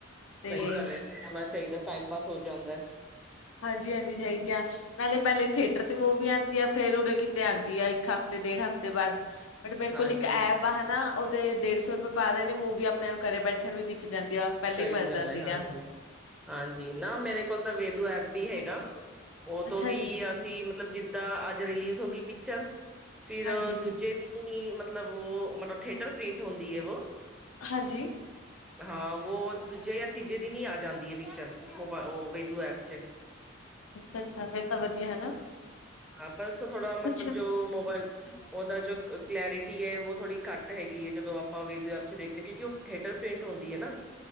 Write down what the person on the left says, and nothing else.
ਤੇ
ਹਾਂਜੀ ਹਾਂਜੀ ਰੈਗਾ। ਪਹਿਲੇ ਪਹਿਲੇ ਥੀਏਟਰ ਤੇ ਮੂਵੀ ਆਉਂਦੀ ਆ ਫੇਰ ਉਰੇ ਕਿਤੇ ਆਉਂਦੀ ਆ ਇੱਕ ਹਫਤੇ ਡੇਢ ਹਫ਼ਤੇ ਬਾਅਦ। ਬਟ ਮੇਰੇ ਕੋਲ
ਇੱਕ ਐਪ। ਆਪਾਂ ਹਨਾ ਉਹ ਤੇ ਡੇਢ ਸੌ ਰੁਪਏ ਪਾ ਦੇਣੇ ਨੇ ਮੂਵੀ ਆਪਣੇ ਨੂੰ ਘਰੇ ਬੈਠਿਆਂ ਨੂੰ ਵੀ ਦਿਖ ਜਾਂਦੀ ਆ। ਪਹਿਲੇ
ਹੀ ਮਿਲ
ਜਾਂਦੀ
ਆ
ਅੱਛਾ
ਜੀ
ਹਾਂਜੀ-ਹਾਂਜੀ
ਹਾਂਜੀ
ਅੱਛਾ -ਅੱਛਾ ਫੇਰ ਤਾਂ ਵਧੀਆ। ਹਨਾ
ਕੁਛ